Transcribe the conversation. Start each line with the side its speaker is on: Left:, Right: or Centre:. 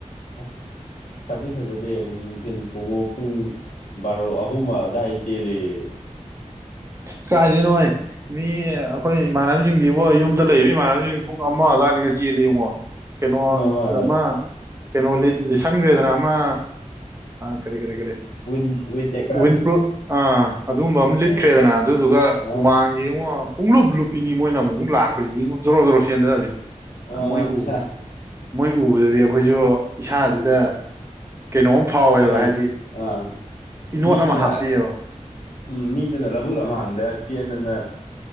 Left: ꯑ ꯐꯗꯤ ꯐꯖꯗꯦ ꯑꯗꯨ ꯅꯨꯡꯊꯤꯟ ꯄꯣꯕꯣ ꯄꯨꯡ꯫ ꯕꯥꯔꯣ ꯑꯍꯨꯝ ꯑꯗꯥꯋꯥꯏꯗ ꯆꯦꯜꯂꯦꯌꯦ꯫
Right: ꯀꯥꯏꯗꯩ ꯅꯣꯢꯑꯦ꯫ ꯃꯤ ꯑꯩꯈꯣꯏ ꯏꯃꯥꯟꯅꯕꯁꯤꯡꯗꯤꯕꯣ ꯌꯨꯝꯗ ꯂꯩꯔꯤꯕ ꯏꯃꯥꯟꯅꯕꯁꯤꯡꯁꯤ ꯄꯨꯡ ꯑꯃ ꯑꯗꯨꯋꯥꯏꯗꯒ ꯆꯦꯜꯂꯤ ꯌꯦꯡꯉꯣ꯫ ꯀꯩꯅꯣ
Left: ꯄꯨꯡ ꯑꯗꯥꯏ
Right: ꯑꯃ꯫ ꯀꯩꯅꯣ ꯂꯤꯁꯪꯈ꯭ꯔꯦꯗꯅ ꯑꯃ ꯀꯔꯤ ꯀꯔꯤ ꯀꯔꯤ꯫
Left: ꯋꯤꯟ ꯋꯤꯟ ꯇꯦꯀꯔ
Right: ꯋꯤꯟꯄ꯭ꯔꯨ ꯑ ꯑꯗꯨꯝ꯫ ꯑꯗꯨꯝꯕ ꯑꯃ ꯂꯤꯠꯇ꯭ꯔꯦꯗꯅ
Left: ꯑꯥ
Right: ꯑꯗꯨꯗꯨꯒ
Left: ꯑꯣ
Right: ꯍꯨꯃꯥꯡꯒꯤ ꯌꯦꯡꯉꯣ꯫ ꯄꯨꯡꯂꯨꯞ ꯂꯨꯞꯄꯤꯅꯤ ꯃꯣꯏꯅ ꯑꯃꯨꯛ ꯑꯃꯨꯛ ꯂꯥꯛꯄꯖꯤꯗꯤꯉꫭ ꯖꯣꯔꯣ ꯖꯣꯔꯣ ꯆꯦꯟꯗꯕꯤꯅꯤ
Left: ꯑꯣ
Right: ꯃꯣꯏ
Left: ꯑꯠꯁꯥ
Right: ꯎꯕꯖꯦ꯫ ꯃꯣꯏ ꯎꯕꯗꯗꯤ ꯑꯩꯈꯣꯏꯖꯨ ꯏꯁꯥꯖꯤꯗ
Left: ꯎꯝ
Right: ꯀꯩꯅꯣꯝ ꯐꯥꯎꯋꯦꯕ
Left: ꯍꯣꯏ
Right: ꯍꯥꯏꯗꯤ꯫
Left: ꯑꯥ꯫
Right: ꯏꯅꯣꯠ
Left: ꯃꯤꯗꯨꯅ
Right: ꯑꯃ ꯍꯥꯞꯄꯦꯑꯦꯕ꯫
Left: ꯎꯝ ꯃꯤꯗꯨꯅ ꯂꯕꯨꯨꯛ ꯂꯝꯍꯥꯡꯗ ꯆꯦꯟꯗꯨꯅ꯫